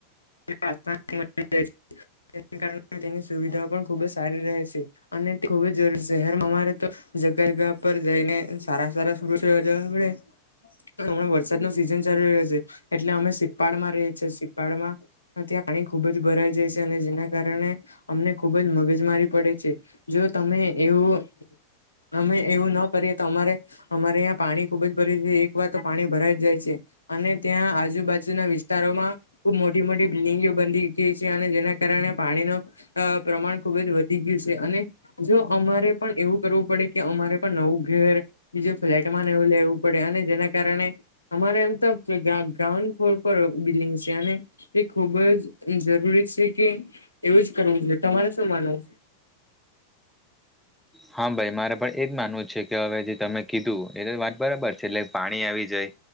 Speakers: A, on the left (about 80°); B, in the centre.
A: ત્યાં <unintelligible> જેના કારણે તેની સુવિધાઓ પણ ખુબ જ સારી રહે છે. અને તે ખુબ જ જરૂરી છે, શહેરમાં અમારે તો જગ્યા જગ્યા પર જઈને સારા સારા <unintelligible> પડે. અમણાં વરસાદનો સીઝન ચાલુ રહ્યો છે, એટલે અમે સિપાળમાં રહીએ છીએ, સીપાળમાં ત્યાં પાણી ખુબ જ ભરાઈ જાય છે અને જેના કારણે અમને ખુબ જ મગજ મારી પડે છે, જો તમે એવું અમે એવું ન કરીએ તો અમારે. અમારે અહીંયા પાણી ખુબ જ ભરાય જાય એક વાર તો પાણી ભરાય જ જાય છે. અને ત્યાં આજુબાજુના વિસ્તારોમાં. ખુબ મોટી મોટી બિલ્ડિંગો બંધી ગઈ છે અને જેના કારણે પાણીનો અ પ્રમાણ ખુબ જ વધી ગયું છે અને જો અમારે પણ એવું કરવું પડે કે અમારે પણ નવું ઘેર. બીજું ફ્લેટમાંને એવું લેવું પડે અને જેના કારણે. અમારે એમ તો ગ્રાઉન્ડ ફ્લોર પર બિલ્ડિંગ છે અને. એ ખુબ જ જરૂરી છે કે એવું જ કરવું જોઈએ તમારે શું માનવું?
B: હા ભાઈ મારે પણ એ જ માનવું છે કે હવે જે તમે કીધું એ તો વાત બરાબર છે એટલે પાણી આવી જાય.